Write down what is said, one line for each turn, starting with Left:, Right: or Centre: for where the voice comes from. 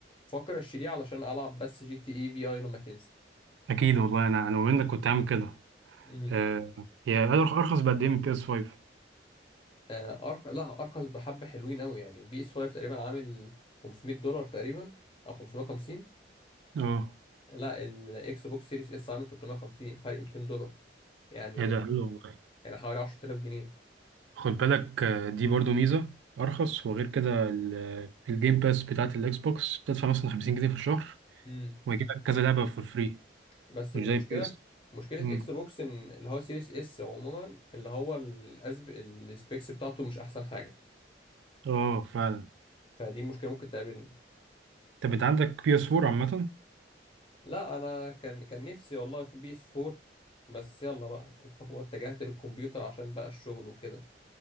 Left: بفكر اشتريه علشان العب بس جي تي اي في اي لما تنزل
Right: اكيد والله انا انا منك كنت عامل كده
Left: امم
Right: آه، هي أرخ- ارخص بقد ايه من بي اس 5
Left: آه أرخ... لا ارخص بحبه حلوين قوي يعني بي اس 5 تقريبا عامل 500 دولار تقريبا او 550
Right: اه
Left: لا الاكس بوكس سيريس اس عامل 350 فرق 200 دولار يعني
Right: ايه ده حلو والله
Left: يعني حوالي 10000 جنيه
Right: خد بالك آه، دي برضو ميزة أرخص وغير كده ال- الجيم باس بتاعت الإكس بوكس بتدفع مثلا 50 جنيه في الشهر
Left: امم
Right: ويجيلك كذا لعبة فور فري
Left: بس
Right: مش
Left: المشكله
Right: زي بي اس
Left: مشكله
Right: مم.
Left: اكس بوكس ان اللي هو سيريس اس عموما اللي هو الأسب... السبيكس بتاعته مش احسن حاجه
Right: اه فعلا
Left: فدي مشكله ممكن تقابلني
Right: طب أنت عندك بي اس 4 عامة
Left: لا انا كان كان نفسي والله في بي اس 4 بس يلا بقى <laughs> هو اتجهت للكمبيوتر عشان بقى الشغل وكده